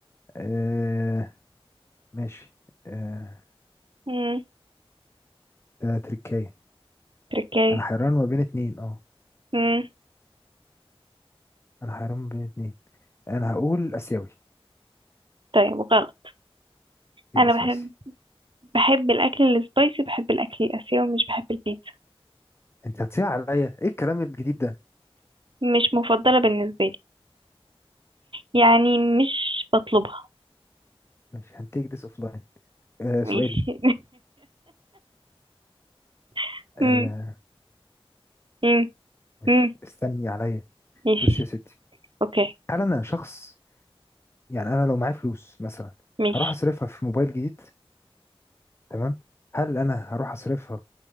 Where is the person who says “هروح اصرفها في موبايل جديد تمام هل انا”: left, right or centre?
Left